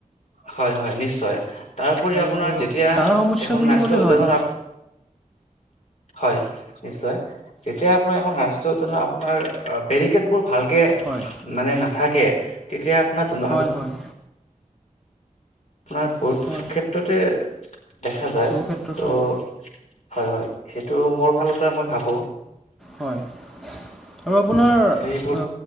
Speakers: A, on the left (about 55°); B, in the centre.
A: হয়, হয়, নিশ্চয় তাৰোপৰি
B: আৰু
A: আপোনাৰ যেতিয়া
B: ডাঙৰ সমস্যা
A: এখন
B: বুলি
A: ৰাষ্ট্ৰীয়
B: ক'লে
A: উদ্যানৰ
B: হয়
A: হয়, নিশ্চয় যেতিয়া আপোনাৰ এখন ৰাষ্ট্ৰীয় আপোনাৰ বেৰিকেডবোৰ ভালকৈ
B: হয়।
A: মানে নাথাকে তেতিয়া আপোনাৰ জনসাধাৰণ
B: হয়, হয়।
A: আপোনাৰ বহুত
B: হয়
A: ক্ষেত্ৰতে দেখা যায়
B: বহু ক্ষেত্ৰত
A: ত'
B: হয়
A: হয়, হয়, সেইটো মোৰ ফালৰ পৰা মই ভাবোঁ।
B: হয়, আৰু আপোনাৰ
A: সেইবোৰ
B: অ,